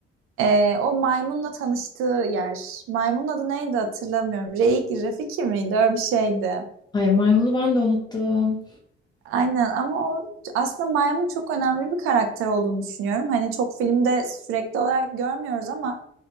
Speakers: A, on the right; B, on the left.
A: Ee, o maymunla tanıştığı yer. Maymunun adı neydi hatırlamıyorum. Reik, Rafiki miydi? Öyle bir şeydi.
B: Hayır maymunu ben de unuttum.
A: Aynen ama o aslında maymun çok önemli bir karakter olduğunu düşünüyorum. Hani çok filmde sürekli olarak görmüyoruz ama